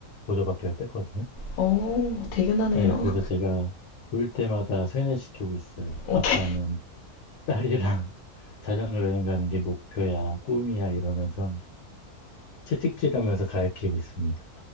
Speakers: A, on the left (about 85°); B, on the left (about 70°).
A: 보조받기 를 때거든요.
B: 어, 대견하네요.
A: 네, 그래서 제가 올 때마다 세뇌시키고 있어요.
B: 어떻게
A: 아빠는 딸이랑 <laughs> 자전거 여행 가는 게 목표야, 꿈이야 이러면서 채찍질하면서 가르치고 있습니다.